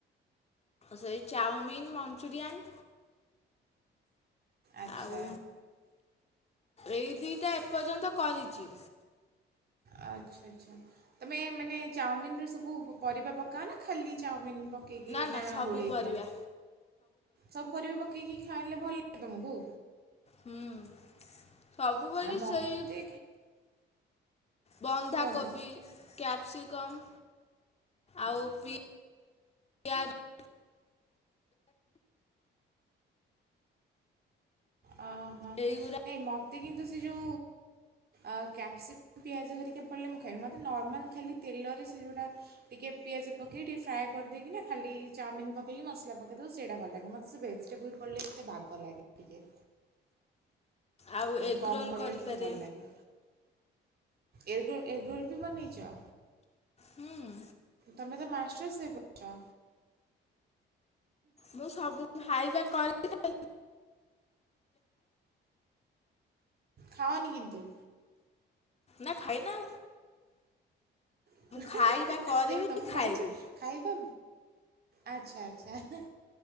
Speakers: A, on the left; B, on the right.
A: ସେଇ ଚାଓମିିନ୍, ମଂଚୁରିୟାନ୍
B: ଆଚ୍ଛା
A: ଆଉ ଏଇ ଦିଟା ଏପର୍ଯ୍ୟନ୍ତ କରିଚି।
B: ଆଚ୍ଛା -ଆଚ୍ଛା ତମେ ମାନେ ଚାଓମିନ୍ ରେ ସବୁ ପରିବା ପକାଅନା ଖାଲି ଚାଓମିନ୍ ପକା ପକେଇକିନା
A: ନା ନା ସବୁ
B: ଗୋଳେଇ
A: ପରିବା
B: ଦିଅ ସବୁ ପରିବା ପକ୍ ପକେଇକି ଖାଇଲେ ଭଲ ଲାଗେ ତମୁକୁ?
A: ହୁଁ- ସବୁ ବେଳେ ବି
B: ମୋତେ
A: ସେଇ ବନ୍ଧାକୋବି,
B: କୁହନ୍ତୁ
A: କ୍ୟାପ୍ସିକମ୍ ଆଉ ପି ପିଆଜ
B: ଅ- ହ
A: ଏଇଗୁରା
B: ନାଇଁ ମତେ କିନ୍ତୁ ସେ ଯଉ ଆ-କ୍ୟାପ୍ସିକମ୍, ପିଆଜ ହେରିକା ପଡ଼ଲେ ମୁଁ ଖାଇବି ମତେ ନର୍ମାଲ୍ ଖାଲି ତେଲରେ ସେ ଯଉଟା ଟିକେ ପିଆଜ ପକେଇ ଟିକେ ଫ୍ରାଏ କରିଦେଇକିନା ଖାଲି ଚାଓମିନ୍ ପକେଇକି ମସଲା ପକେଇ ଦବ ସେଟା ଭଲ୍ ଲାଗେ ମତେ ସେ ଭେଜିଟେବୁଲ୍ ପଡିଲେ ଏତେ ବାଗ ଲାଗେନି ଟିକେ।
A: ଆଉ
B: ମତେ
A: ଏଗ
B: କମ୍
A: ରୋଲ
B: ପଡ଼ଲେ
A: କରିପାରେ
B: ଟିକେ ଭଲ୍ ଲାଗେ- ଏଗ୍ ରୋଲ୍- ଏଗ୍ ରୋଲ୍ ବି ବନେଇଚ?
A: ହୁଁ।
B: ତମେ ତ ମାଷ୍ଟର୍ ସେପ୍ ଅଛ।
A: ମୁଁ ସବୁ ଖାଇବା କରି କି <inaudible>
B: ଖାଅନି କିନ୍ତୁ?
A: ନା ଖାଏନା।
B: <unintelligible>
A: ଖାଇବା
B: ଏ
A: କରିବି
B: ସେଇ ତ ମୁଁ
A: ଖାଇବି
B: ଭାବୁଚି ଖାଇବା -ଆଚ୍ଛା-ଆଚ୍ଛା।